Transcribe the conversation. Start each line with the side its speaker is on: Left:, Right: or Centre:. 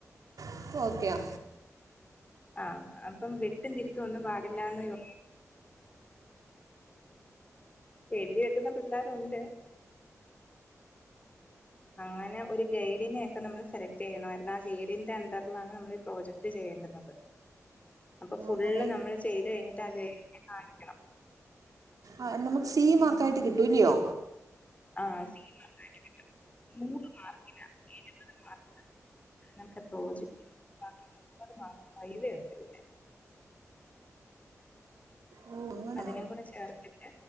Right: ഇപ്പം ഓക്കെയാ
Left: ആഹ് അപ്പം വെട്ടും തിരുത്തും ഒന്നും പാടില്ലാന്ന് <inaudible> എഴുതി വെക്കുന്ന പിള്ളാരുണ്ട് അങ്ങനെ ഒരു ഗൈഡിനെ ഒക്കെ നമ്മൾ സെലക്ട് ചെയ്യണമായിരുന്നു ആ ഗൈഡിന്റെ അണ്ടറിലാണ് നമ്മൾ ഈ പ്രോജക്ട് ചെയ് വേണ്ടുന്നത് അപ്പൊ ഫുള്ള്
Right: അങ്ങനെ
Left: നമ്മള് ചെയ്ത് കഴിഞ്ഞിട്ട് ആ ഗൈഡിനെ കാണിക്കണം
Right: ആഹ് നമുക്ക് സീ മാർക്ക് ആയിട്ട് കിട്ടുവില്ലിയോ
Left: ആഹ് സീ മാർക്ക്‌ ആയിട്ട് കിട്ടും മൂന്ന് മാർക്കിലാ എഴുപത് മാർക്ക് നമ്മുടെ പ്രോജക്റ്റിന് ബാക്കി മുപ്പത് മാർക്ക്‌ വൈവ ഉണ്ടിതില്
Right: ഓ അങ്ങനെ
Left: അതിനും കൂടെ ചേർത്തിട്ട്